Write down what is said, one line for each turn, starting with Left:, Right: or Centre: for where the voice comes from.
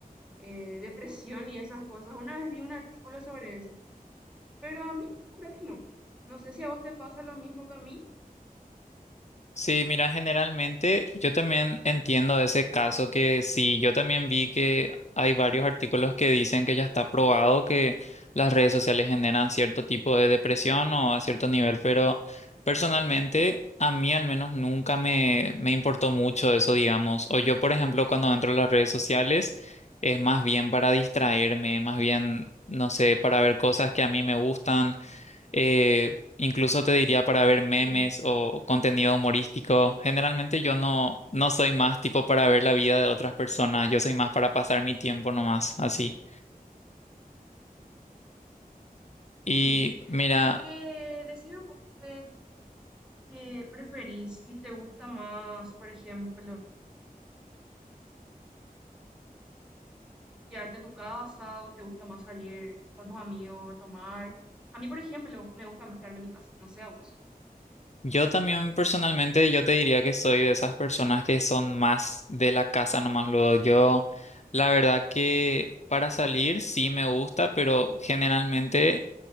Centre: eh, depresión y esas cosas. Una vez vi un artículo sobre eso, pero a mí, creo que no. No sé si a vos te pasa lo mismo que a mí.
Left: Sí, mira, generalmente yo también entiendo ese caso que sí, yo también vi que hay varios artículos que dicen que ya está probado que las redes sociales generan cierto tipo de depresión o a cierto nivel, pero personalmente a mí al menos nunca me, me importó mucho eso, digamos. O yo, por ejemplo, cuando entro a las redes sociales es más bien para distraerme, más bien, no sé, para ver cosas que a mí me gustan eh, incluso te diría para ver memes
Centre: Sí.
Left: o contenido humorístico. Generalmente yo no, no soy más tipo para ver la vida de otras personas, yo soy más para pasar mi tiempo nomás, así.
Centre: Sí,
Left: Y mira,
Centre: y que decime un poco qué, qué preferís, si te gusta más, por ejemplo, quedarte en tu casa o te gusta más salir con tus amigos a tomar. A mí, por ejemplo, me gusta más quedarme en mi casa, no sé a vos.
Left: yo también personalmente yo te diría que soy de esas personas que son más de la casa nomás luego. Yo, la verdad que para salir sí me gusta, pero generalmente